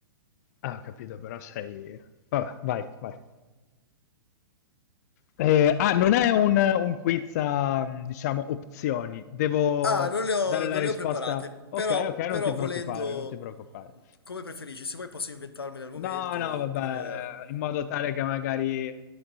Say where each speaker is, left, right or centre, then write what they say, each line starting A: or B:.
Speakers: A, on the left (about 45°); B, on the left (about 80°).
A: Ah, ho capito, però sei... Vabbè, vai, vai. Eh, ah, non è un, un quiz a, diciamo, opzioni. Devo
B: Ah, non le ho,
A: dare la
B: non
A: risposta.
B: le ho preparate,
A: Ok,
B: però,
A: ok, non
B: però
A: ti preoccupare,
B: volendo,
A: non ti preoccupare.
B: come preferisci, se vuoi posso inventarmele al momento,
A: No, no,
B: oppure...
A: vabbè, in modo tale che magari